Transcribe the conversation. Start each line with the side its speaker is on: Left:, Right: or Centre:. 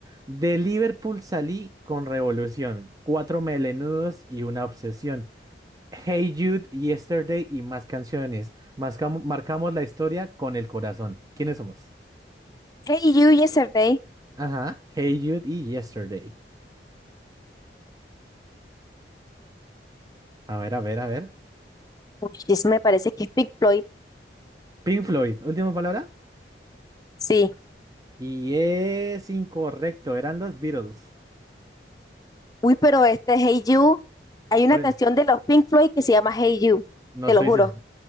Right: De Liverpool salí con revolución, cuatro melenudos y una obsesión. Hey Jude, Yesterday y más canciones. Mascamo- marcamos la historia con el corazón. ¿Quiénes somos?
Left: Hey You Yesterday.
Right: Ajá, Hey Jude y Yesterday. A ver, a ver, a ver.
Left: Uy, ese me parece que es Pink Floyd.
Right: Pink Floyd, última palabra.
Left: Sí.
Right: Y es incorrecto, eran los Beatles.
Left: Uy, pero este Hey You, hay una
Right: Ore-
Left: canción de los Pink Floyd que se llama Hey You,
Right: no
Left: te
Right: estoy
Left: lo juro.
Right: se-